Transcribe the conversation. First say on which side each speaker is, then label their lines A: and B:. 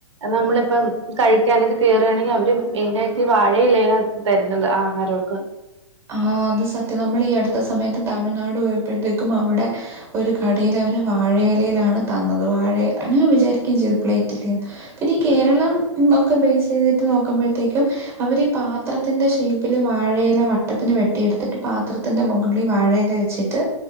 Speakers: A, on the right (about 65°); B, on the right (about 15°).
A: നമ്മളിപ്പം കഴിക്കാനൊക്കെ കേറാണെങ്കി അവര് മെയിനായിട്ട് വാഴയിലയിലാ തരുന്നത് ആഹാരൊക്കെ
B: ആഹ് അത് സത്യം നമ്മളി ഈ അടുത്ത സമയത്ത് തമിഴ്നാട് പോയപ്പോഴത്തേക്കും അവടെ ഒരു കടെല് അവര് വാഴയിലയിലാണ് തന്നത് വാഴ ഞാൻ വിചാരികെം ചെയ്തു പ്ലേറ്റിലേന്ന് പിന്നെ ഈ കേരളം ഒക്കെ ബേസ് ചെയ്തിട്ട് നോക്കുമ്പോഴത്തേക്കും അവരി പാത്രത്തിന്റെ ഷേയ്പ്പില് വാഴയില വട്ട വട്ടത്തിന് വെട്ടിയെടുത്തിട്ട് പാത്രത്തിൻ്റെ മുകളീ വാഴയില വെച്ചിട്ട്